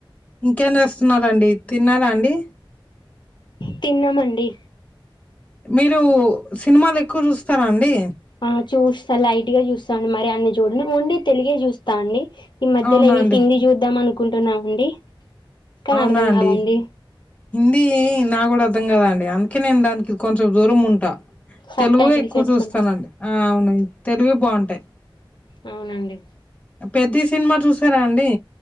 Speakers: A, on the left (about 15°); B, on the left (about 60°).
A: ఇంకేం జేస్తున్నారండి తిన్నారా అండి
B: తిన్నమండి
A: మీరు సినిమాలు ఎక్కువ చూస్తారా అండి
B: ఆ చూస్తా లైట్ గా చూస్తాన్ మరి అన్ని చూడను ఓన్లీ తెలుగే చూస్తా అండి ఈ మధ్యలో
A: అవునా అండి
B: హిందీ చూద్దాంమనుకుంటున్నామండి కానీ
A: అవునా
B: అర్థం
A: అండి
B: కాదండి
A: హిందీ నాక్ కూడా అర్థం కదా అండి అందుకే నేను దానికి కొంచెం దూరం ఉంటా
B: సబ్
A: తెలుగు
B: టైటిల్స్
A: ఎక్కువ
B: పెట్టుకుని
A: చూస్తానండి ఆ అవునై తెలుగు బాగుంటాయ్
B: అవునండి
A: పెద్ది సినిమా చూసారా అండి